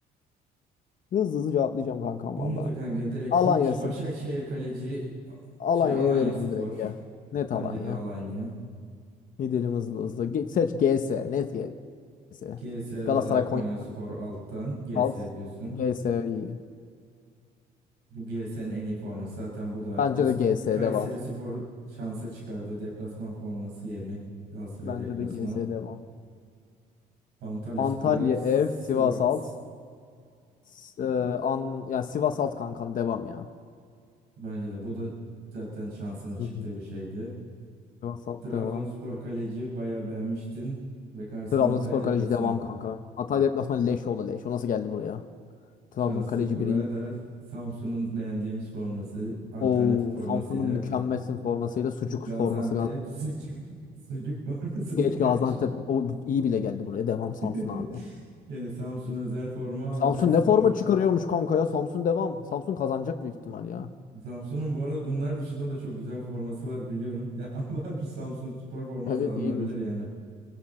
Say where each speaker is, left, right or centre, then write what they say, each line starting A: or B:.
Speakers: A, on the left; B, on the right.
A: Hızlı hızlı cevaplayacağım kankam
B: Bunu
A: valla.
B: da kanka direkt
A: Alanya,
B: hiç. Başakşehir kaleci
A: Alanya'ya
B: şey Alanyaspor.
A: veriyorum direkt ya. Net
B: Bence
A: Alanya.
B: de Alanya.
A: Gidelim hızlı hızlı. Geç, seç GS. Net GS.
B: G S Özel
A: Galatasaray
B: Konyaspor
A: Konya
B: alttan G
A: alt.
B: S diyorsun.
A: GS iyi.
B: Bu G GS'nin en iyi forması zaten bu da
A: Bence
B: İs-
A: de GS
B: Kayserispor
A: devam.
B: şansa çıkardı. Deplasman forması yerine Galatasaray
A: Bence
B: deplasman.
A: de GS devam.
B: Antalyaspor
A: Antalya
B: ev
A: ev.
B: Sivas.
A: Sivas alt. S- e, an, yani Sivas alt kankam devam ya.
B: Bence de bu da zaten şansına çıktığı
A: Hı hı.
B: bir şeydi.
A: Sivas alt
B: Trabzonspor
A: devam.
B: kaleci bayağı beğenmiştin ve karşısına
A: Trabzonspor
B: Hatay deplasman.
A: kaleci devam kanka. Hatay deplasmanı leş oldu leş. O nasıl geldi buraya? Trabzon
B: Şanslı
A: kaleci
B: Kura'da
A: biri iyi.
B: Samsun'un beğendiğimiz forması alternatif
A: O
B: formasıyla
A: Samsun'un mükemmelsin formasıyla sucuk
B: Gaziantep
A: forması. Gaz-
B: <laughs> sucuk, sucuk formasına
A: Geç
B: karşı.
A: Gaziantep o iyi bile geldi buraya. Devam Samsun
B: <laughs>
A: abi.
B: Yani Samsun özel forma
A: Samsun
B: Hatay Spor.
A: ne forma çıkarıyormuş kanka ya. Samsun devam. Samsun kazanacak büyük ihtimal ya.
B: Samsun'un bu arada bunlar dışında da çok güzel forması var biliyorum. Ya <laughs> var bir Samsun Spor forması
A: Evet
B: alınabilir
A: iyiymiş.
B: yani.